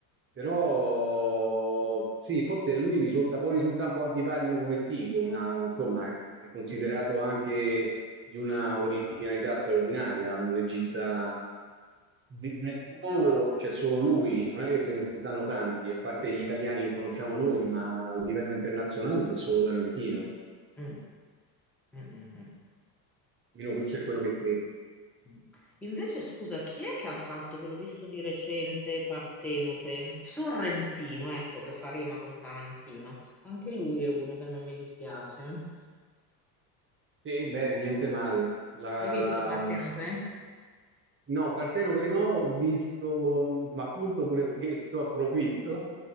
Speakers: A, on the right; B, in the centre.
A: Però sì, forse lui risulta, può risultare un po' antipatico come tipo, ma insomma è considerato anche di una originalità straordinaria, un regista di- del nuovo c'è solo lui, non è che ce ne stanno tanti, a parte gli italiani che conosciamo noi, ma a livello internazionale c'è solo Tarantino.
B: Mm, mm, mm, mm.
A: Almeno questo è quello che credo.
B: mm. Invece, scusa, chi è che ha fatto, che l'ho visto di recente, Partenope? Sorrentino, ecco, che fa rima con Tarantino. Anche lui è uno che non mi dispiace.
A: Sì, beh, niente male. La,
B: Hai
A: la...
B: visto Partenope?
A: No, Parteno che no, ho visto, ma appunto pure <laughs> questo, approfitto.